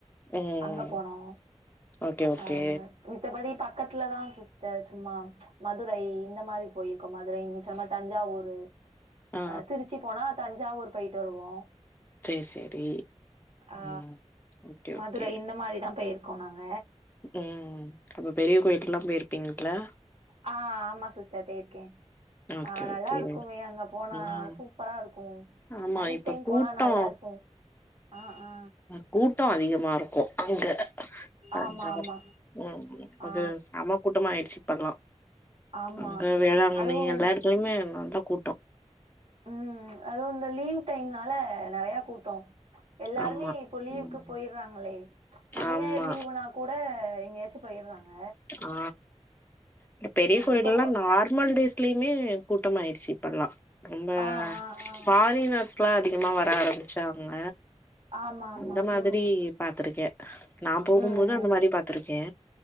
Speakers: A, on the left; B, on the right.
A: ம்
B: அங்க போனோ
A: ஓகே ஓகே
B: ஆ மித்தபடி பக்கத்ல தா சிஸ்டர் சும்மா மதுரை இந்த மாரி போயிருக்கோ மதுரை நிங் சொன்னமாரி தஞ்சாவூரு
A: ஆ
B: அ திருச்சி போனா தஞ்சாவூர் போயிட்டு வருவோ
A: சேர் சேரி
B: ஆ
A: ம் ஓகே
B: மதுரை
A: ஓகே
B: இந்த மாரிதா போயிருக்கோ நாங்க
A: ம் அப்ப பெரிய கோயில்கெல்லா போயிருப்பீங்கள்ல
B: ஆ ஆமா சிஸ்டர் பேயிருக்கே
A: ஓகே
B: ஆ நல்லாருக்குமே
A: ஓகே
B: அங்க போனா
A: ம்
B: சூப் பரா இருக்கு‌
A: ஆமா
B: நைட்
A: இப்ப
B: டைம்
A: கூட்டோ
B: போனா நல்லாருக்கு அ‌ அ
A: அ கூட்டொ அதிகமாருக்கு அங்க தஞ்சாவூர்
B: ஆமா ஆமா
A: ம்‌ ம்
B: ஆ
A: அது செமா கூட்டமா ஆயிடுச்சு‌ இப்பல்லா
B: ஆமா
A: அங்க வேளாங்கண்ணி
B: அதுவும்
A: எல்லா எடத்லயுமே நல்ல கூட்டொ
B: ம் அதுவு இந்த லீவ் டைம்னால நறைய கூட்டொ எல்லாருமே
A: ஆமா
B: இப்போ லீவுக்கு
A: ம்
B: போயிர்றாங்களே சனி
A: ஆமா
B: ஞாயிற் லீவுனா கூட எங்கயாச்சு போயிர்றாங்க
A: ஆ இந்த பெரிய கோயில்லா
B: இப்ப கொ
A: நார்மல் டேஸ்லயுமே கூட்டமாயிரு ச்சு இப்பல்லா ரொம்ப
B: ஆ ஆ ஆ
A: ஃபாரினர்ஸ் லா அதிகமா வர ஆரம்பிச்சாங்க
B: ஆமா ஆமா
A: அந்த மாதிரி
B: ம்
A: பாத்துருக்கே நா போகும்போது
B: ம்
A: அந்த
B: ம்
A: மாரி பாத்துருக்கே